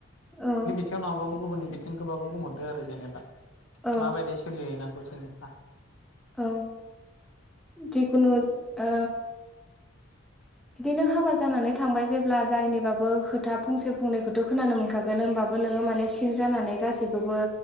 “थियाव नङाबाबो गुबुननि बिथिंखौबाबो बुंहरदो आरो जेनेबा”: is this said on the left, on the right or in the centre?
Left